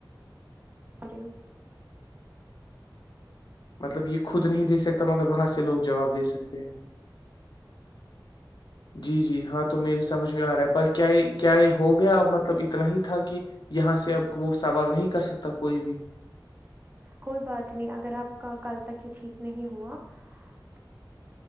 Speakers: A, on the right; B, on the left.
A: اریو
B: مطلب یہ خود نہیں دے سکتا مگر وہاں سے لوگ جواب دے سکتے ہیں جی جی ہاں تو میری سمج میں آ رہا ہے پر کیا کیا یہ ہو گیا ا مطلب اتنا ہی تھا کہ یہاں سے اب وہ سوال نہیں کر سکتا کوئی بھی
A: کوئی بات نہیں اگر آپ کا کل ت کہ ٹھیک نہیں ہوا تو